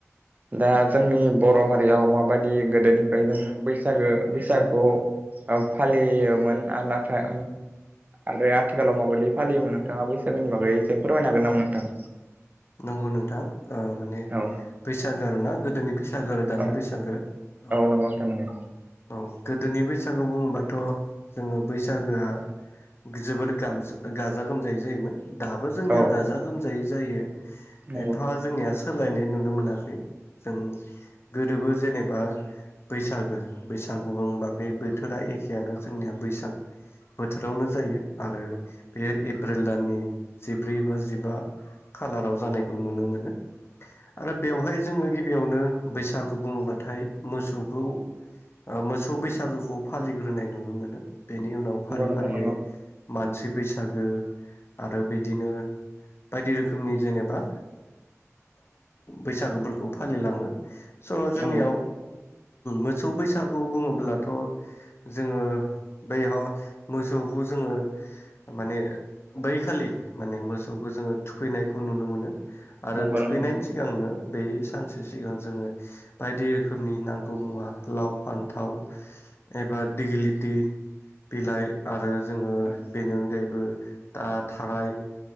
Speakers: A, on the right; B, on the left.
A: दा जोंनि बर' हारियाव माबायदि गोदोनिफ्राय जों बैसागो बैसागु फालियोमोन आरो नाथाय आरो आथिखालाव माबायदि फालियोमोन नोंथांङा बैसागोनि बागै एसे फोरमायनो हागोन नामा नोंथां
B: नंगौ नोंथां माने
A: औ
B: बैसागो आर ना गोदोनि बैसागु बैसागो आरो दानि
A: औ
B: बैसागो औ
A: नंगौ नोंथां नंगौ
B: औ गोदोनि बैसागो बुंङोबाथ जोङो बैसागोआ जोबोद ग गाजा गोमजायै जायोमोन दाबो जोंनिया
A: औ
B: गाजा गोमजायै जायो
A: नंगौ
B: एफा जोंनिया सोलायनाय नुनो मोनाखै जों गोदोबो जेनेबा बा बैसागो बैसागु बुङोबा बे बोथोरा एखेयानो जोंनिया बैसाग बोथोरावनो जायो आरो बेयो एप्रिल दाननि जिब्रै बा जिबा खालाराव जानायखौ नुनो मोनो आरो बेवहाय जोंङो गिबियावनो बैसागु बुंङोब्लाथाय मोसौखौ मोसौ बैसागुखौ फालिग्रोनाय नुनो मोनो बेनि उनाव फारि
A: नोंथां
B: फारियै
A: नंगौ
B: मानसि बैसागो आरो बिदिनो बायदि रोखोम रोखोमनि जेनेबा बैसागोफोरखौ फालिलाङो स' जोंनियाव
A: नंगौ
B: मोसौ बैसागु बुङोब्लाथ' जोङो बैहाय मोसौखौ जोंङो माने बै खालि माने मोसौखौ जोंङो नुनो मोनो आरो
A: नंगौ
B: थुखैनायनि
A: नोंथां नंगौ नोंथां नंगौ
B: सिगांनो बे सानसे सिगां जोंङो बायदि रोखोमनि नांगौ मुवा लाव फान्थाव एबा दिगिलिटि बिलाइ आरो जोंङो
A: नंगौ
B: बेनि अनगायैबो दा थानाय